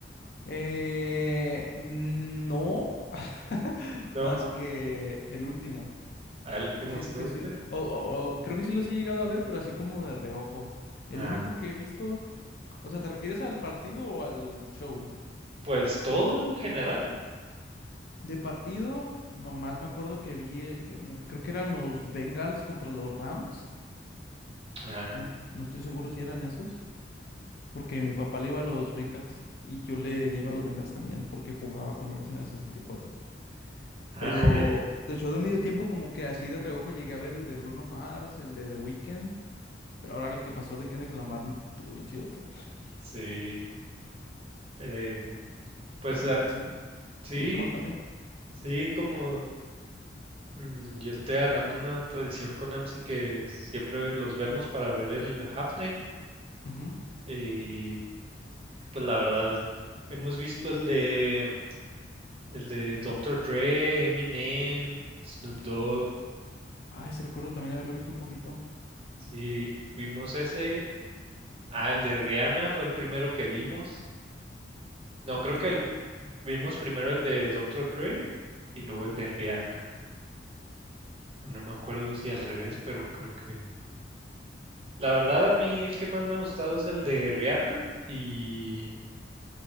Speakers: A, on the left; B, on the right.
A: Eh, no, <laughs>
B: No,
A: más que el último.
B: al último
A: Casi
B: sí
A: nunca
B: lo
A: he
B: viste.
A: sido. O, o- o creo que sí los he llegado a ver, pero así como de reojo. El
B: Ah,
A: único que he visto. O sea, ¿te refieres al partido o al show?
B: pues todo en general.
A: De partido, nomás me acuerdo que vi. eh, un- creo que eran los Bengals contra los Rams.
B: Ah,
A: No, no estoy seguro si eran esos. Porque mi papá le iba a los Bengals y yo le iba a los Bengals también porque jugaba con ellos en el sesenta y cuatro
B: ah,
A: Pero
B: <laughs>
A: del show de medio tiempo como que así de reojo llegué a ver el de Bruno Mars, el de The Weeknd, pero ahora el que pasó de Kendrick Lamar mm, estuvo bien chidote.
B: sí. Eh, pues
A: ¿Tú qué
B: ah,
A: tal, sí?
B: sí,
A: ¿Te gustaron también?
B: sí, como mm, yo estoy agarrando una tradición con AMSI que siempre los vemos para ver el halftime.
A: Ujú.
B: Y pues la verdad, hemos visto el de El de Doctor Dre, Eminem, Snoop Dogg.
A: Ay, se recuerdo también haberlo visto un poquito.
B: Sí, vimos ese. Ah, el de Rihanna fue el primero que vimos. No, creo
A: ¿Y qué
B: que
A: tal?
B: el- vimos primero el de Doctor Dre y luego el de Rihanna. O No me acuerdo si al revés, pero creo que... La verdad, a mí el que más me ha gustado es el de Rihanna y,